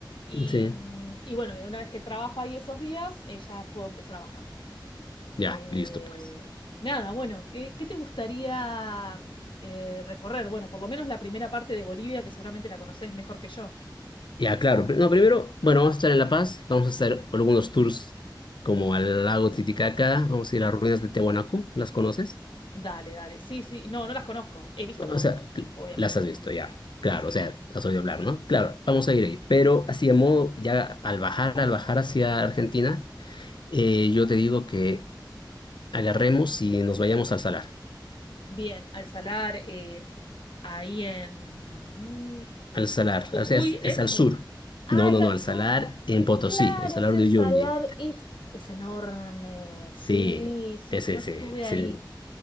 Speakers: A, on the left (about 85°); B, on the left (about 70°).
A: Y,
B: sí,
A: mm, y bueno, y una vez que trabajo ahí esos días, eh, ya puedo empezar a bajar.
B: ya,
A: Eh,
B: listo pues.
A: nada, bueno, ¿qué, qué te gustaría eh, recorrer? Bueno, por lo menos la primera parte de Bolivia, que seguramente la conoces mejor que yo.
B: Ya, claro. pr- No, primero, bueno, vamos a estar en La Paz, vamos a hacer algunos tours como al lago Titicaca, vamos
A: Dale,
B: a ir a las ruinas de Tiahuanaco, ¿las conoces?
A: dale, dale. Sí, sí, no, no las conozco. He visto
B: O
A: fotos,
B: sea, cl-
A: obviamente.
B: las has visto ya, claro,
A: Sí.
B: o sea, has oído hablar, ¿no? Claro, vamos a ir ahí, pero así de modo, ya al bajar, al bajar hacia Argentina, eh, yo te digo que agarremos y nos vayamos al Salar,
A: Bien, al salar, eh, ahí en
B: al Salar,
A: Jujuy
B: o sea, es, es
A: es...
B: al sur.
A: o- Ah,
B: No,
A: es
B: no, no,
A: al
B: al
A: sur.
B: Salar en Potosí,
A: Claro,
B: el Salar
A: es el
B: de Uyuni,
A: salar, es, es enorme. Sí,
B: Sí,
A: sí,
B: ese,
A: no
B: ese
A: estuve
B: es
A: ahí.
B: el...